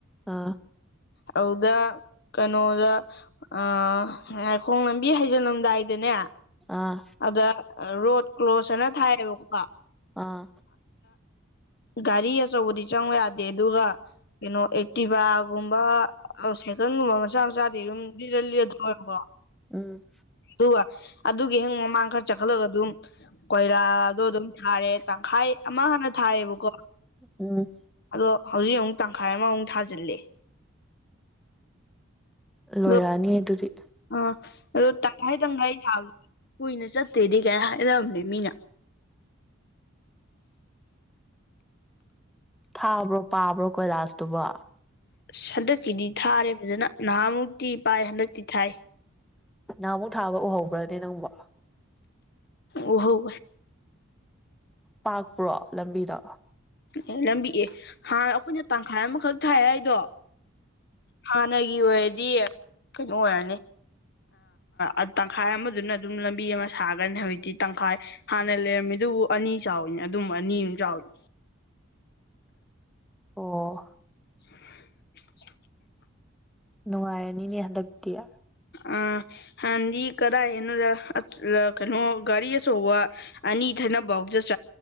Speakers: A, in the centre; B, on the left.
A: ꯑꯥ
B: ꯑꯗꯨꯗ ꯀꯩꯅꯣꯗ ꯑ ꯉꯏꯈꯣꯡ ꯂꯝꯕꯤ ꯍꯩꯖꯤꯜꯂꯝꯗꯥꯏꯗ ꯅꯦ
A: ꯑꯥ
B: ꯑꯗ ꯔꯣꯠ ꯀ꯭ꯂꯣꯁ ꯍꯥꯏꯅ ꯊꯥꯏꯌꯦꯕꯀꯀꯣ
A: ꯑꯥ
B: ꯒꯥꯔꯤ ꯑꯆꯧꯕꯗꯤ ꯆꯪ ꯌꯥꯗꯦ ꯑꯗꯨꯒ ꯀꯩꯅꯣ ꯑꯩꯠꯇꯤꯚ ꯒꯨꯝꯕ ꯁꯥꯏꯀꯜꯒꯨꯝꯕ ꯃꯆꯥ ꯃꯆꯥꯗꯤ ꯑꯗꯨꯝ ꯂꯤꯔ ꯂꯤꯔ ꯊꯣꯛꯋꯦꯕꯀꯣ
A: ꯎꯝ
B: ꯑꯗꯨꯒ ꯑꯗꯨꯒꯤ ꯍꯌꯦ ꯃꯃꯥꯡ ꯈꯔ ꯆꯠꯈꯠꯂꯒ ꯑꯗꯨꯝ ꯀꯣꯏꯂꯥꯗꯣ ꯑꯗꯨꯝ ꯊꯥꯔꯦ ꯇꯪꯈꯥꯏ ꯑꯃ ꯍꯥꯟꯅ ꯊꯥꯏꯌꯦꯕꯀꯣ
A: ꯎꯝ
B: ꯑꯗꯣ ꯍꯧꯖꯤꯛ ꯑꯃꯨꯛ ꯇꯪꯈꯥꯏ ꯑꯃꯃꯨꯛ ꯊꯥꯖꯤꯜꯂꯦ
A: ꯂꯣꯏꯔꯛꯑꯅꯤ
B: ꯑꯗꯣ
A: ꯑꯗꯨꯗꯤ
B: ꯑ ꯑꯗꯣ ꯇ ꯍꯗꯪꯒꯒꯥꯔꯤ ꯊꯕꯗ ꯀꯨꯏꯅ ꯆꯠꯇꯦꯗꯤ ꯀꯥꯏ ꯍꯥꯏꯔꯑꯕꯅꯦ ꯃꯤꯅ
A: ꯊꯥꯕ꯭ꯔꯣ ꯄꯥꯕ꯭ꯔꯣ ꯀꯣꯏꯂꯥꯁꯇꯨꯕ
B: ꯑꯁ ꯍꯟꯗꯛꯀꯤꯗꯤ ꯊꯥꯔꯦ ꯐꯖꯅ ꯅꯍꯥꯃꯨꯛꯇꯤ ꯄꯥꯏ ꯍꯟꯗꯛꯇꯤ ꯊꯥꯏ
A: ꯅꯍꯥꯃꯨꯛ ꯊꯥꯒ ꯎꯍꯧꯕ꯭ꯔꯅꯦ ꯅꯪꯕ
B: ꯑꯣꯍꯣ
A: ꯄꯥꯛꯄ꯭ꯔꯣ ꯂꯝꯕꯤꯗꯣ
B: ꯑꯦ ꯂꯝꯕꯤꯑꯦ ꯍꯥꯏꯥꯟ ꯑꯩꯈꯣꯏꯅ ꯇꯪꯈꯥꯏ ꯑꯃꯈꯛ ꯊꯥꯏ ꯍꯥꯏꯗꯣ ꯍꯥꯟꯅꯒꯤ ꯑꯣꯏꯔꯗꯤ ꯀꯩꯅꯣ ꯑꯣꯏꯔꯅꯤ ꯑ ꯇꯪꯈꯥꯏ ꯑꯃꯗꯨꯅ ꯑꯗꯨꯝ ꯂꯝꯕꯤ ꯑꯃ ꯁꯥꯒꯅꯤ ꯍꯧꯖꯤꯛꯇꯤ ꯇꯪꯈꯥꯏ ꯍꯥꯟꯅ ꯂꯩꯔꯝꯃꯤ ꯑꯗꯨꯕꯨ ꯑꯅꯤ ꯆꯥꯎꯋꯤꯅꯦ ꯑꯗꯨꯝ ꯑꯅꯤꯃꯨ ꯆꯥꯎꯋꯏ
A: ꯑꯣ
B: <unintelligible>
A: ꯅꯉꯥꯏꯦꯅꯤꯅꯤꯍ ꯗꯌꯥ
B: ꯑꯥ ꯍꯥꯟꯗꯤ ꯀꯗꯥꯏꯅꯣ ꯀꯩꯅꯣ ꯒꯥꯔꯤ ꯑꯆꯧꯕ ꯑꯅꯤ ꯊꯅꯕꯥꯎꯖ